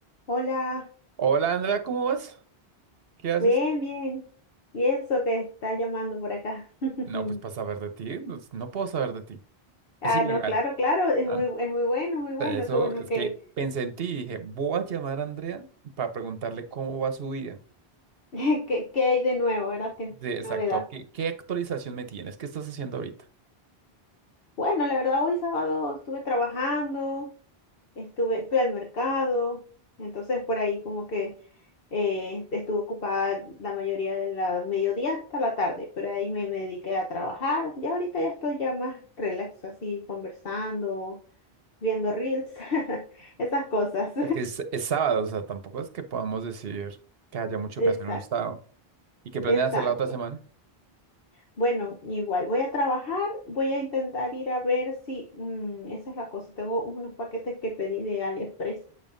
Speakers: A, on the left (about 65°); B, on the right (about 70°).
A: Hola,
B: Hola Andrea, ¿cómo vas? ¿Qué haces?
A: bien, bien. ¿Y eso que estás llamando por acá? <laughs>
B: No, pues para saber de ti, pues, no puedo saber de ti.
A: Ah,
B: Es ilegal.
A: no, claro, claro, es
B: Ah,
A: muy, es muy bueno, muy bueno,
B: Eso
A: qué bueno
B: es
A: que,
B: que pensé en ti y dije, voy a llamar a Andrea para preguntarle cómo va su vida.
A: <laughs> que, que hay de nuevo, ¿verdad? Qué
B: De exacto,
A: novedad.
B: ¿qué, qué actualización me tienes? ¿Qué estás haciendo ahorita?
A: Bueno, la verdad, hoy sábado estuve trabajando, estuve, fui al mercado, entonces por ahí como que eh, estuve ocupada la mayoría de la mediodía hasta la tarde, pero ahí me, me dediqué a trabajar. Ya ahorita ya estoy ya más relax, así conversando viendo reels, <laughs> esas cosas.
B: Es que es, es sábado, o sea, tampoco es que podamos decir que haya mucho
A: <laughs>
B: que hacer
A: Exacto,
B: en un estado. ¿Y qué planeas
A: exacto.
B: hacer la otra semana?
A: Bueno, igual voy a trabajar, voy a intentar ir a ver si, mm, esa es la cosa, tengo unos paquetes que pedí de AliExpress